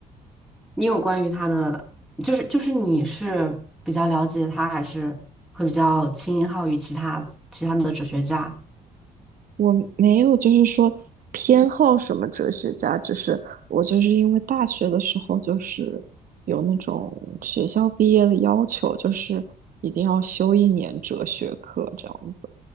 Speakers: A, in the centre; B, on the right (about 45°).
A: 你有关于他的，就是就是你是比较了解他，还是会比较倾向于其他其他的哲学家？
B: 我没有就是说偏好什么哲学家，只是我就是因为大学的时候就是有那种学校毕业的要求，就是一定要修一年哲学课这样子。